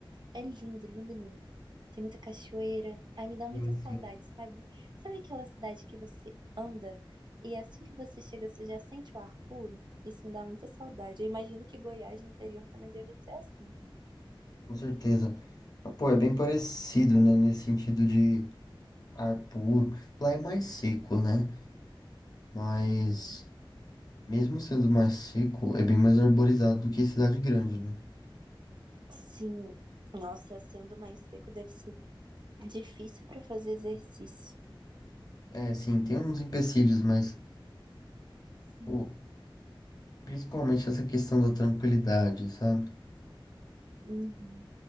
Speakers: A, on the right; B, on the left.
A: é lindo, lindo, lindo. Tem muita cachoeira. Ai, me dá muita
B: Sim,
A: saudade,
B: sim.
A: sabe? Sabe aquela cidade que você anda e assim que você chega, você já sente o ar puro? Isso me dá muita saudade. Eu imagino que Goiás, no interior, também deve ser assim.
B: Com certeza. Ah, pô, é bem parecido, né? Nesse sentido de ar puro. Lá é mais seco, né? Mas,
A: Uhum.
B: mesmo sendo mais seco, é bem mais arborizado do que cidade grande, né?
A: Sim. Nossa, sendo mais seco, deve ser difícil para fazer exercício.
B: É, sim, tem uns empecilhos, mas,
A: Sim.
B: pô, principalmente essa questão da tranquilidade, sabe?
A: Uhum.